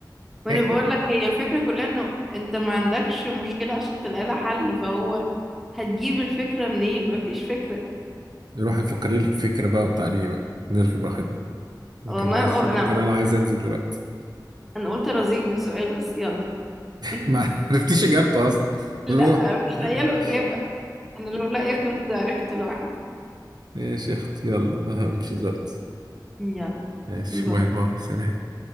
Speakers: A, in the centre; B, on the right.
A: ما
B: <laughs>
A: انا بقول لك هي الفكره كلها انه انت ما عندكش مشكله عشان تلاقي لها حل فهو هتجيب الفكره منين ما فيش فكره
B: نروح يفكر لي في فكرة بقى وبتاع ليه بقى نركب راحتنا ما
A: والله
B: كناش
A: اه انا
B: كان
A: ما-
B: انا عايز انزل دلوقتي
A: انا قلت ارازيك بسؤال بس يلا
B: <laughs>
A: <laughs>
B: ما عرفتيش اجابته اصلا
A: لا
B: روح
A: مش
B: <laughs>
A: لاقيه له اجابه انا لو لاقيه كنت عرفت لوحدي
B: ماشي يا اختي يلا انا همشي دلوقتي
A: يلا
B: ماشي
A: باي.
B: باي باي سلام